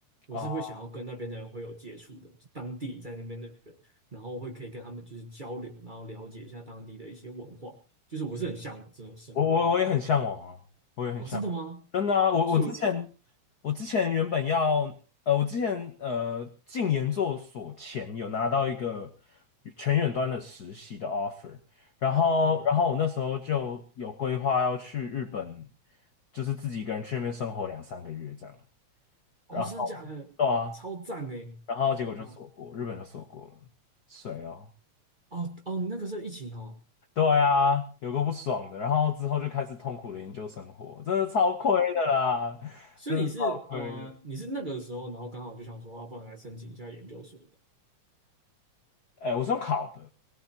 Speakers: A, on the right (about 60°); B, on the left (about 80°).
A: 我是会想要跟那边的人会有接触的，
B: 啊。
A: 就当地在那边的人，然后会可以跟他们就是交流，然后了解一下当地的一些文化，就是我是很向往这种生活的。
B: 我我我也很向往啊，我也很向往，
A: 哦，真的吗？
B: 真的啊，我我之前
A: 就是我，
B: 我之前原本要呃，我之前呃进研究所前有拿到一个全远端的实习的 offer，然后然后我那时候就有规划要去日本，
A: 嗯，
B: 就是自己一个人去那边生活两三个月这样，
A: 哦，
B: 然后对啊，
A: 真的假的？超赞的，Oh
B: 然后结果就锁国，
A: ！My God！
B: 日本就锁国了，谁哦？
A: 哦哦，你那个时候疫情哦，
B: 对啊，有个不爽的，然后之后就开始痛苦的研究生活，真的超亏的啦，
A: 所以你是呃，
B: 真的超亏的。
A: 你是那个时候，然后刚好就想说，啊，不然来申请一下研究所的。
B: 哎，我是用考的，